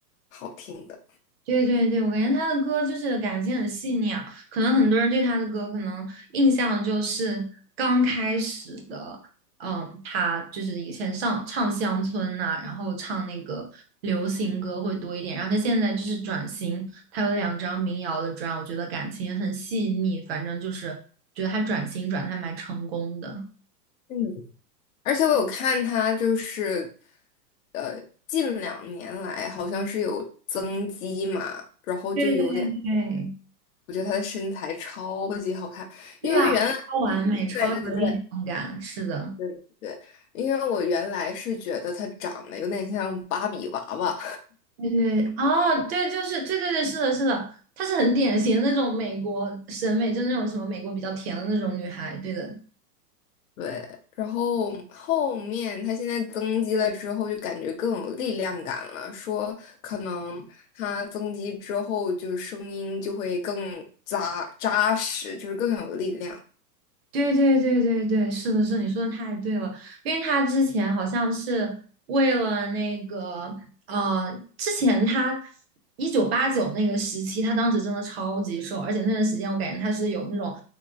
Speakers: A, on the left; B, on the right.
A: 好听的。
B: 对对对，我感觉他的歌就是感情很细腻啊，可能很多人对他的歌可能印象就是刚开始的，嗯，他就是以前上唱乡村呐、然后唱那个流行歌会多一点，然后他现在就是转型，他有两张民谣的专，我觉得感情也很细腻，反正就是觉得他转型转的还蛮成功的。
A: 嗯而且我有看她，就是呃，近两年来好像是有增肌嘛，然后就有点，
B: 对对对，
A: 我觉得她的身材超级好看，
B: 对吧？
A: 因为原来，
B: 超完美，
A: 嗯对对对对
B: 超有力量感，是的。
A: 对对，因为我原来是觉得她长得有点像芭比娃娃，
B: 对对，哦，对，就是对对对，是的，是的，她是很典型的那种美国审美，就是那种什么美国比较甜的那种女孩，对的，
A: 对，然后后面她现在增肌了之后，就感觉更有力量感了，说可能她增肌之后，就是声音就会更扎扎实，就是更有力量。
B: 对对对对对，是的，是的你说的太对了，因为他之前好像是为了那个，呃，之前他一九八九那个时期，他当时真的超级瘦，而且那段时间我感觉他是有那种，